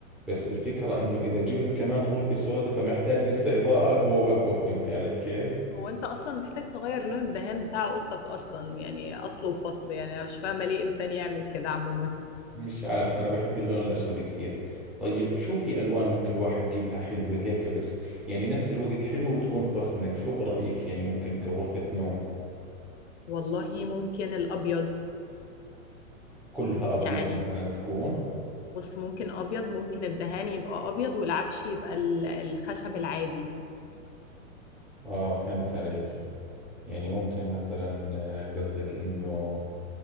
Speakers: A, in the centre; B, on the left (about 55°).
A: بس الفكرة إنه إذا جبت كمان غرفة سوداء فمحتاج لسه إضاءة أقوى وأقوى فهمتي علي كيف؟
B: هو انت اصلا محتاج تغير لون الدهان بتاع اوضتك اصلا يعني اصل وفصل يعني انا مش فاهمه ليه انسان يعمل كده عموما
A: مش عارف أنا بحب اللون الأسود كثير طيب شو في ألوان ممكن الواحد يجيبها حلوة هيك بس يعني نفس الوقت حلوة وتكون فخمة شو برأيك يعني ممكن كغرفة نوم
B: والله ممكن الابيض
A: كلها أبيض
B: يعني
A: مثلا تكون؟
B: بص ممكن ابيض ممكن الدهان يبقى ابيض والعفش يبقى ال- الخشب العادي
A: آه فهمت عليك يعني ممكن مثلا آه، قصدك انه